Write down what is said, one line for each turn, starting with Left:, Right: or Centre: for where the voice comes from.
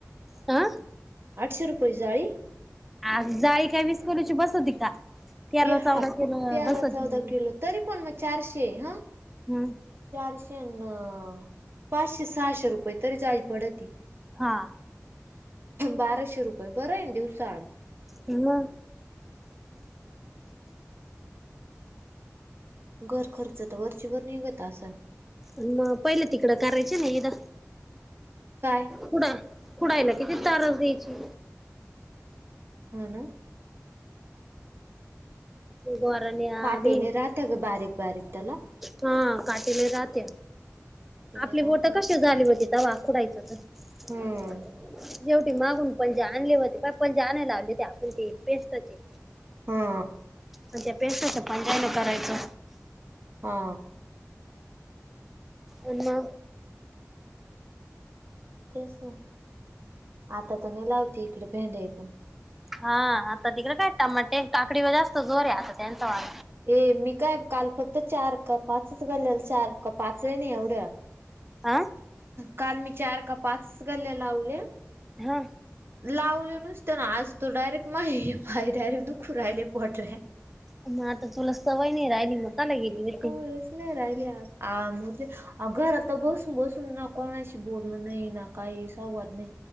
Centre: अ
Right: आठशे रुपये जाळी?
Centre: आज जाळी काय विस कोलीची बस होती का? तेरा
Right: ए
Centre: चौदा
Right: हा
Centre: किलो
Right: तेरा
Centre: बस होती
Right: चौदा किलो तरी पण मग चारशे हं
Centre: मग
Right: चारशे अ पाचशे सहाशे रुपये तरी जाळी पडती
Centre: हा
Right: बाराशे रुपये बरं आहे दिवसाड
Centre: ह्हा
Right: हम्म घर खर्च तर वरचीवरर निघत असल.
Centre: मग पहिले तिकडं करायचं ना एकदा
Right: काय
Centre: कुडा कुडायला किती तारास द्यायची.
Right: हा ना
Centre: गारण
Right: काटेले
Centre: भि
Right: राहत्या ग बारीक बारीक त्याला
Centre: हा काटले राहते.
Right: काटेले
Centre: आपली
Right: राहत्या
Centre: बोट कशी झाली होती त वाखुडायचं तर
Right: हम्म
Centre: जेवटी मागून पणजे आणले होते प पणजे आणायला लावले होते आपण ते पेस्टचे
Right: हा
Centre: त्या पेशच पणजायला करायचं
Right: हा
Centre: आना
Right: तेच ना आता तर नाही लावते इकडे भेड्या पण
Centre: हा आता तिकडे काटता मग ते काकडी व जास्त जोर आहे आता त्यांचा वाार.
Right: ए मी काय काल फक्त चार का पाचच गलेल चार का पाच आहे नाही एवढ्या
Centre: आं
Right: काल मी चार का पाचच गल्या लावल्या.
Centre: हा
Right: लावलं नुसतं ना आज तो डायरेक्ट माही बा डायरेक्ट दुख राहिले पोटऱ्या
Centre: मग आता तुला सवय नाही राहिली मग काय गेली. होती
Right: वच नाही राहिले म्हे अ घर आता बसून बसून नक कोणाशी बोलणं नाही ना काही संवाद नाही